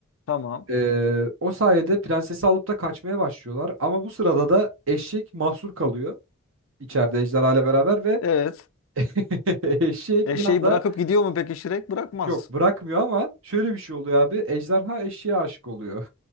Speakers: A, on the left; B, on the right.
A: tamam.
B: E, o sayede prensesi alıp da kaçmaya başlıyorlar. Ama bu sırada da eşek mahsur kalıyor içeride ejderha ile beraber ve
A: Evet.
B: <laughs> eşeği
A: Eşeği
B: bir anda
A: bırakıp gidiyor mu peki Shrek? Bırakmaz.
B: yok bırakmıyor ama şöyle bir şey oluyor abi. Ejderha eşeğe aşık oluyor.